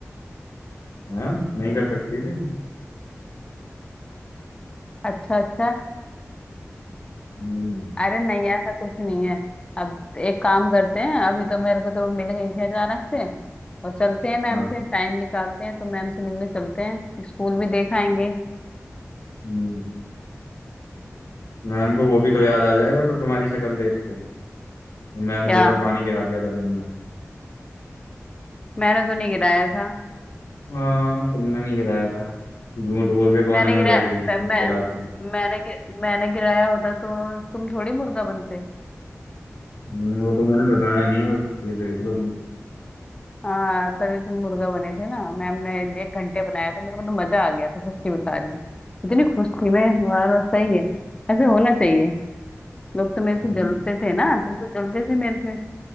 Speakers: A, on the left (about 80°); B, on the left (about 20°).
A: हाँ नहीं कर सकती थी
B: अच्छा अच्छा
A: हम्म
B: अरे नहीं ऐसा कुछ नहीं है अब एक काम करते हैं अभी तो मेरे को तो मिल गई थी अचानक से और चलते हैं मैम
A: हाँ
B: से टाइम निकालते हैं तो मैम से मिलने चलते हैं स्कूल भी देख आएंगे
A: हम्म मैम को वो भी तो याद आ जाएगा फिर तुम्हारी शक्ल देख के मैम
B: क्या
A: के ऊपर पानी गिरा दिया था तुमने
B: मैंने तो नहीं गिराया था
A: हाँ तुमने नहीं गिराया था झूठ बोल के कोने
B: मैंने
A: में
B: गिराया
A: बैठ गई थी तुम
B: मैं
A: गिरा के
B: मैंने गि- मैंने गिराया होता तो तुम थोड़ी मुर्गा बनते
A: हम्म, वो तो मैंने बताया नहीं बस ये देख लो तुम
B: हाँ तभी तुम मुर्गा बने थे ना मैम ने एक घंटे बनाया था मेरे को तो मजा आ गया था सच्ची बता रही हूँ इतनी खुश थी मैं इस बार बस सही है ऐसे होना चाहिए लोग तो मेरे से
A: हम्म,
B: जलते थे ना तुम तो जलते थे मेरे से